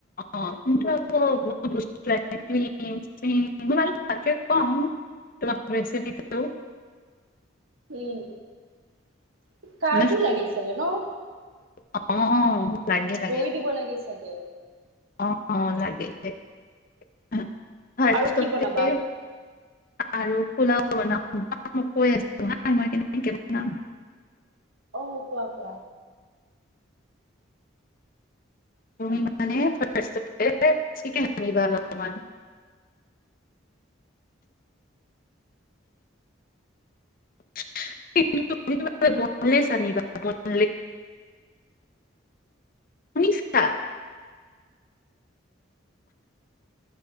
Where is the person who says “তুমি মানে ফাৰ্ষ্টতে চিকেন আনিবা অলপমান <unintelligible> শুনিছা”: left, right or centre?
Left